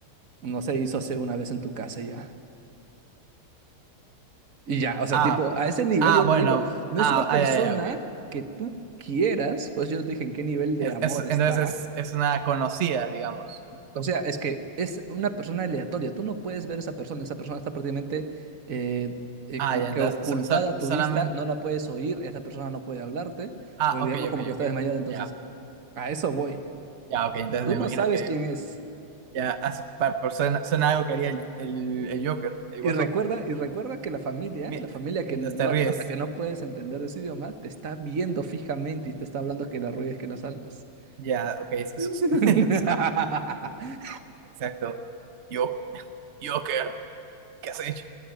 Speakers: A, on the right; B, on the right.
A: no sé, hizo hace una vez en tu casa y ya? Y ya, o sea,
B: Ah,
A: tipo, a ese nivel
B: ah,
A: yo
B: bueno.
A: te digo, no
B: Ah,
A: es una persona
B: ah, ya, ya, ok.
A: que tú quieras, pues yo no te dije en qué nivel de
B: Es-
A: amor
B: es-
A: está,
B: entonces es, es una conocida, digamos.
A: O sea, es que es una persona aleatoria. Tú no puedes ver a esa persona. Esa persona está prácticamente eh, eh,
B: Ah,
A: como
B: ya,
A: que
B: entonces
A: ocultada
B: so, so,
A: a
B: solamente...
A: tu vista. No la puedes oír. Esa persona no puede hablarte.
B: Ah,
A: Porque
B: ok,
A: digamos como
B: ok,
A: que está
B: ok.
A: desmayada. Entonces,
B: Ya.
A: a eso voy.
B: Ya, ok. Entonces
A: Tú
B: me
A: no
B: imagino
A: sabes
B: que
A: quién es.
B: ya a su- pa- pa- suena, suena algo que haría el, el, el Joker, el
A: Y
B: Guasón.
A: recuerda, y recuerda que la familia,
B: Mi-
A: la familia que
B: Mientras
A: no,
B: te ríes.
A: a la que no puedes entender ese idioma, te está viendo fijamente y te está hablando que la ruegues, que la salvas.
B: Ya, ok. eso-
A: <laughs>
B: eso- <laughs> Exacto. Yo, Joker, ¿qué has hecho?